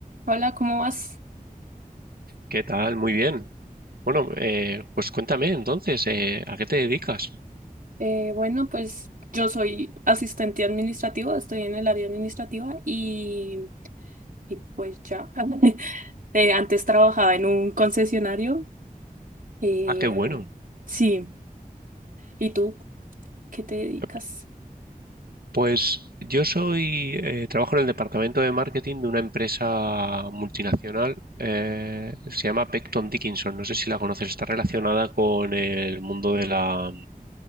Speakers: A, on the right; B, on the right.
A: Hola, ¿cómo vas?
B: ¿Qué tal? Muy bien. Bueno, eh, pues cuéntame entonces, eh, ¿a qué te dedicas?
A: Eh, bueno, pues yo soy asistente administrativa, estoy en el área administrativa y, y pues ya. <laughs> Eh, antes trabajaba en un concesionario. eh,
B: Ah, qué bueno.
A: sí, ¿y tú qué te dedicas?
B: Eh, Pues yo soy, eh, trabajo en el departamento de marketing de una empresa multinacional, eh, se llama Becton Dickinson, no sé si la conoces, está relacionada con el mundo de la,